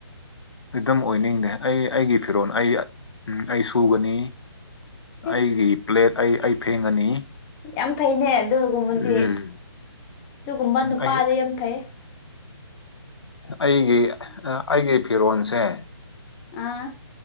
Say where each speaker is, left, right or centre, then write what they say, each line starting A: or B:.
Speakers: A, on the left; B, on the left.
A: ꯐꯔꯤꯗꯝ ꯑꯣꯏꯅꯤꯡꯗꯦ ꯑꯩ ꯑꯩꯒꯤ ꯐꯤꯔꯣꯟꯜ ꯑꯩ ꯑꯩ ꯁꯨꯒꯅꯤ꯫
B: ꯏꯁ
A: ꯑꯩꯒꯤ ꯄ꯭ꯂꯦꯠ ꯑꯩ ꯑꯩ ꯐꯦꯡꯒꯅꯤ꯫
B: ꯌꯥꯝ ꯐꯩꯅꯦ ꯑꯗꯨꯒꯨꯝꯕꯗꯤ
A: ꯎꯝ
B: ꯑꯗꯨꯒꯨꯝꯕ ꯅꯨꯄꯥꯗꯤ
A: ꯑꯩ
B: ꯌꯥꯝ ꯐꯩ꯫
A: ꯑꯩꯒꯤ ꯑꯩꯒꯤ ꯐꯤꯔꯣꯜꯁꯦ꯫
B: ꯑꯥ꯫